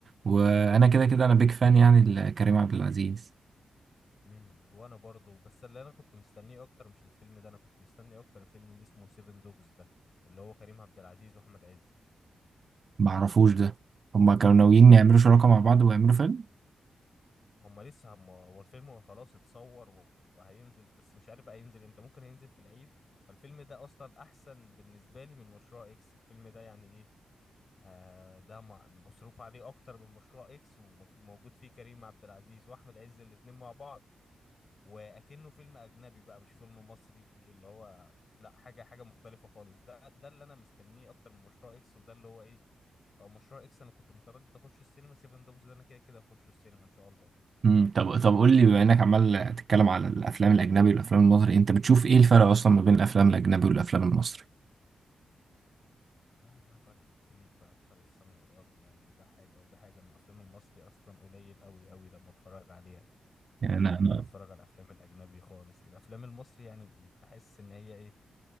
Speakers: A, on the right; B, on the left.
A: وانا كده كده انا بيك فان يعني لكريم عبد العزيز
B: امم وانا برضو بس اللي انا كنت مستنيه اكتر مش الفيلم ده انا كنت مستني اكتر الفيلم اللي اسمه سيفن دوجز ده اللي هو كريم عبد العزيز واحمد عز
A: معرفوش ده هما كانوا ناويين يعملوا شراكة مع بعض ويعملوا فيلم
B: هم لسه هم هو الفيلم خلاص اتصور و- وهينزل بس مش عارف بقى هينزل امتى ممكن هينزل في العيد فالفيلم ده اصلا احسن بالنسبه لي من مشروع اكس الفيلم ده يعني ايه آه ده م- مصروف عليه اكتر من مشروع اكس وموجود فيه كريم عبد العزيز واحمد عز الاتنين مع بعض واكنه فيلم اجنبي بقى مش فيلم مصري اللي هو لا حاجه حاجه مختلفه خالص ده ده اللي انا مستنيه اكتر من مشروع اكس وده اللي هو ايه لو مشروع اكس انا كنت متردد اخش السينما 7 دوجز ده انا كده كده اخش السينما ان شاء الله
A: امم طب طب قول لي بما انك عمال تتكلم على الافلام الاجنبي والافلام المصري انت بتشوف ايه الفرق اصلا ما بين الافلام الاجنبي والافلام المصري
B: لا لا فرق كبير بقى في فرق السماء والأرض يعني ده حاجة وده حاجة أنا الأفلام المصري أصلا قليل أوي أوي لما أتفرج عليها
A: يعني
B: أنا
A: انا
B: أحب
A: انا
B: أتفرج على الأفلام الأجنبي خالص الأفلام المصري يعني بحس إن هي إيه